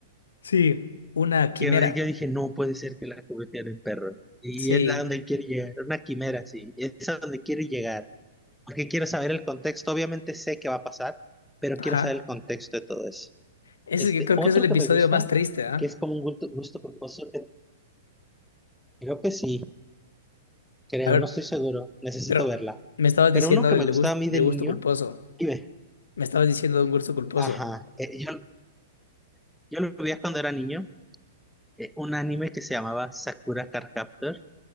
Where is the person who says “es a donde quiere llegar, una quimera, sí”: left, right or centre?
Centre